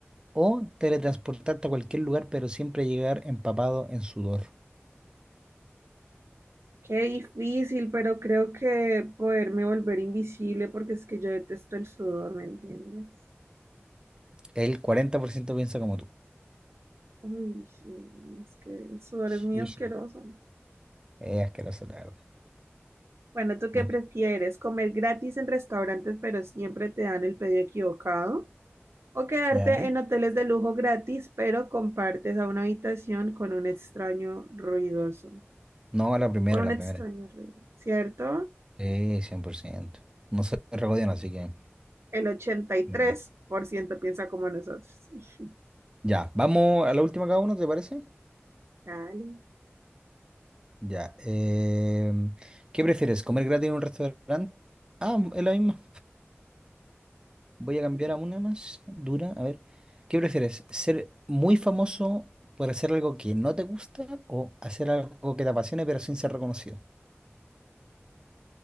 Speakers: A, on the right; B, on the right.
A: ¿O teletransportarte a cualquier lugar pero siempre llegar empapado en sudor?
B: Qué difícil, pero creo que poderme volver invisible porque es que yo detesto el sudor, ¿me entiendes?
A: El 40% piensa como tú.
B: Uy, sí, es que el sudor
A: Sí,
B: es muy asqueroso.
A: sí. Es asqueroso, la verdad.
B: Bueno, ¿tú qué
A: Dale.
B: prefieres? ¿Comer gratis en restaurantes pero siempre te dan el pedido equivocado? ¿O quedarte
A: Ya.
B: en hoteles de lujo gratis pero compartes a una habitación con un extraño ruidoso?
A: No, la primera,
B: Con un
A: la
B: extraño
A: primera.
B: ruido, ¿cierto?
A: Sí, 100%. No se regodean, así que...
B: El 83%
A: mm.
B: piensa como nosotros. <laughs>
A: Ya, vamos a la última cada uno, ¿te parece?
B: Dale.
A: Ya. em, ¿qué prefieres? ¿Comer gratis en un restaurante? Ah, es la misma. Voy a cambiar a una más dura. A ver. ¿Qué prefieres? ¿Ser muy famoso por hacer algo que no te gusta o hacer algo que te apasione pero sin ser reconocido?